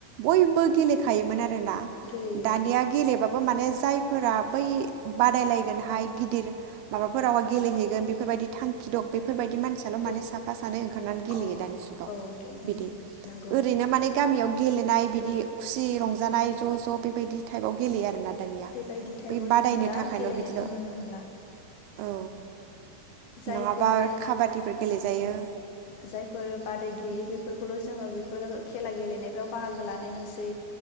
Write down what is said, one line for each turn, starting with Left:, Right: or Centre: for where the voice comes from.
Right: बयबो गेलेखायोमोन आरो। आरोना
Left: गेलेयो
Right: दानिया गेलेबा माने जायफोरा बै बादायलायगोन हाय गिदिर माबा फोरावहा गेलेहैगोन बेफोरबायदि थांखि दं बेफोरबायदि मानसियाल'
Left: बे
Right: माने साफा सानै ओंखारनानै गेलेयो
Left: औ
Right: दानि जुगाव
Left: औ गे
Right: बिदि
Left: नंगौ
Right: ओरैनो माने गामियाव गेलेनाय बिदि खुसि रंजानाय ज' ज' बेबायदि टाइपआव गेलेयो आरोना दानिया
Left: बेबायदि टाइपाव
Right: बै बादायनो
Left: जोङो दा
Right: थाखायल'
Left: गेलेनायखौ
Right: बिदिल'
Left: नुनो मोनला
Right: औ
Left: जायफोर
Right: नङाबा खाबादिफोर गेले जायो
Left: जायफोर बादायगिरि बेफोरखौल' जोङो बेफोरो खेला गेलेनायफ्राव बाहागो लानाय नुसै